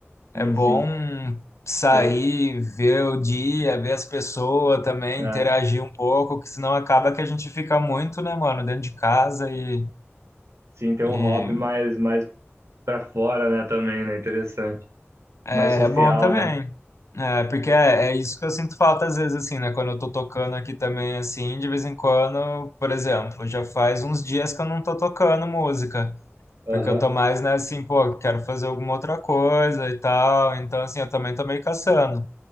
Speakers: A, on the right; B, on the left.
A: sim,
B: É bom
A: sim.
B: sair,
A: Eu,
B: ver o dia, ver as pessoas também,
A: é,
B: interagir um pouco, que senão acaba que a gente fica muito, né, mano, dentro de casa e
A: sim, tem
B: E
A: um hobby mais, mais pra fora, né, também, né? Interessante.
B: é,
A: Mais social,
B: é bom também,
A: né?
B: é, porque é, é isso que eu sinto falta às vezes, assim, né? Quando eu tô tocando aqui também, assim, de vez em quando, por exemplo, já faz uns dias que eu não tô tocando música, porque
A: Aham,
B: eu tô mais, né, assim, pô, quero fazer alguma outra coisa e tal, então, assim, eu também tô meio caçando.